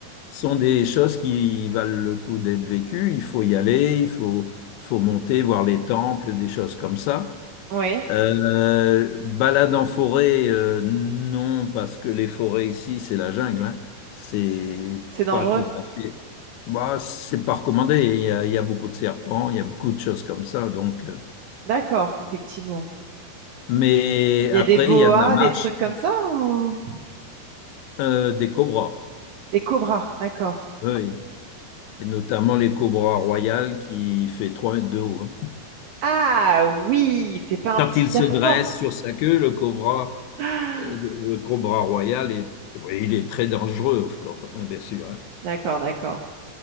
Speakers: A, on the left (about 90°); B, on the right (about 85°).
A: ce sont des choses qui valent le coup d'être vécues. Il faut y aller, il faut, faut monter, voir les temples, des choses comme ça.
B: Oui,
A: Euh, balade en forêt, euh, non, parce que les forêts ici, c'est la jungle. hein. C'est
B: c'est dangereux.
A: pas tout à fait. Bah, c'est pas recommandé. Il y a, il y a beaucoup de serpents, il y a beaucoup de choses comme ça. Donc, euh.
B: D'accord, effectivement.
A: mais
B: Il
A: après,
B: y a des boas,
A: il y a de la marche,
B: des trucs comme ça, ou-
A: euh, des cobras.
B: Des cobras, d'accord.
A: Oui. Et notamment les cobras royales qui fait 3 mètres de haut. hein.
B: Ah oui, c'est pas un
A: Quand
B: petit
A: il
B: serpent.
A: se dresse
B: <gasps>
A: sur sa queue, le cobra,
B: Ah,
A: euh, le cobra royal est, oui, il est très dangereux, of course, hein, bien sûr. hein.
B: D'accord, d'accord.